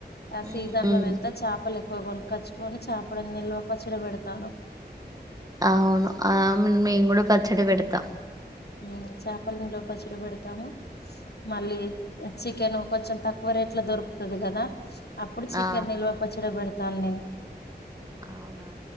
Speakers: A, on the left; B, on the right.
A: ఆ సీజన్
B: ఉమ్
A: లో వెళ్తే చాపలు ఎ కొ కొనక్కొచ్చుకొని చేపాలన్నీ నిల్వ పచ్చడి పెడతాను
B: అవును ఆ మేము కూడా పచ్చడి పెడతాం
A: ఉమ్ చేపలన్నీ నిల్వ పచ్చడి పెడతాము మళ్ళీ చికెన్ కొంచెం తక్కువ రేట్ల దొరుకుతది కదా అప్పుడు చికెన్
B: ఆ
A: నిల్వ పచ్చడి పెడు తాను నేను
B: అవునా